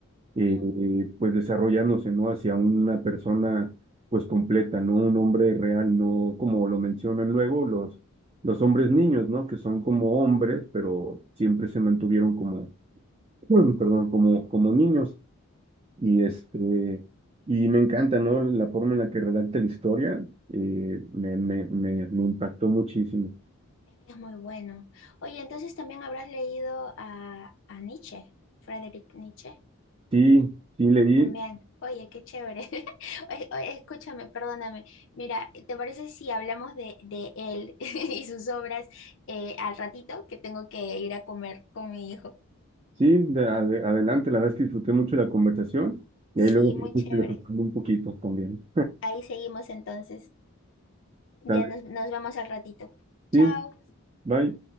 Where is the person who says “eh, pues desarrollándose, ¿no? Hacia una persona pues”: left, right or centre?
Right